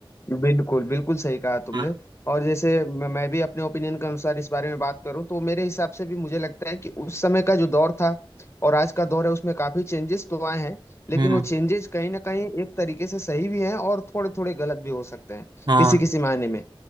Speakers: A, on the left (about 30°); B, on the right (about 55°).
A: बिल्कुल बिल्कुल सही कहा तुमने
B: हाँ।
A: और जैसे मैं मैं भी अपने ओपिनियन के अनुसार इस बारे में बात करूं तो मेरे हिसाब से भी मुझे लगता है कि उस समय का जो दौर था और आज का दौर है उसमें काफी चेंजेस तो आए हैं लेकिन
B: हम्म
A: वो चेंजेस कहीं ना कहीं एक तरीके से सही भी हैं और थोड़े थोड़े गलत भी हो सकते हैं
B: हाँ
A: किसी किसी मायने में